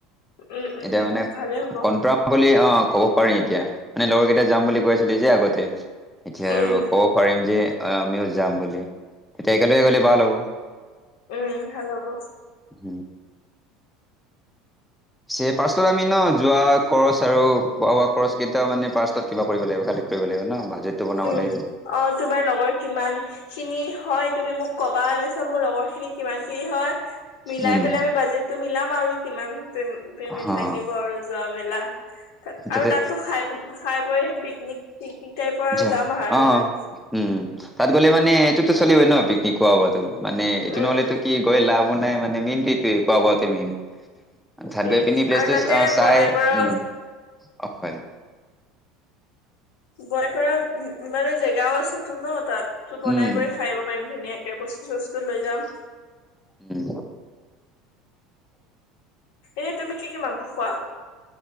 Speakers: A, on the left (about 80°); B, in the centre.
A: উম
B: এতিয়া
A: উম
B: মানে
A: ভালে হ'ব
B: কনপ্ৰা বুলি অ' ক'ব পাৰিম এতিয়া, মানে লগৰ কেইটা যাম
A: উম
B: বুলি কৈ আছিলে যে আগতে, এতিয়া
A: উম
B: আৰু ক'ব পাৰিম যে অ' আমিও যাম বুলি, এতিয়া কেলগে গ'লে ভাল হ'ব,
A: উম ভাল হ'ব
B: হ। ছে পাৰ্ষ্টত আমি ন যোৱা কৰচ আৰু খোৱা বোৱা কৰচ কেইটা মানে পাৰ্ষ্টত কিবা কৰিব লাগিব কাইলে। কইব লাইব ন? বাজেটটো বনাব
A: উ,
B: লাগিব
A: অ' তোমাৰ লগৰ কিমান খিনি হয় তুমি মোক কবা তাচ ত' মোৰ লগৰ খিনি কিমান খিনি হয় মিলাই
B: উম
A: পেলাই আমি বাজেটটো মিলাম আৰু কিমান। পেম-পেমিট
B: হা
A: লাগিব আৰু যোৱা মেলা তাত, আৰু
B: তাতে
A: তাততো খাই-খাই <unintelligible> পিকনিক। পিকনিক টাইপৰ আৰু
B: যা,
A: যাম আৰু
B: অ',
A: তাত
B: উ, উ তাত গ'লে মানে এটোতো চলিবই ন পিকনিক কোৱা বোৱাত। ত' মানে এইটো
A: উম
B: নহ'লেতো
A: উম
B: কি গৈ লাভো নাই মানে মেইন এইটোৱে কোৱা বোৱাটোৱে মেইন। অ' থাত
A: উম
B: গৈ পিন প্লেচটো
A: আৰু তাতে
B: আ চাই
A: বনাই কৰা
B: উ, অ' হয়।
A: বয় কৰা উ মানে জেগাও আছেতো ন তাততো বনাই
B: উম
A: কৰি খাই আইব পাইম ধুনীয়াকে, বস্তু চস্তু লৈ যাম।
B: উম
A: এ তুমি কি কি মাংস খোৱা?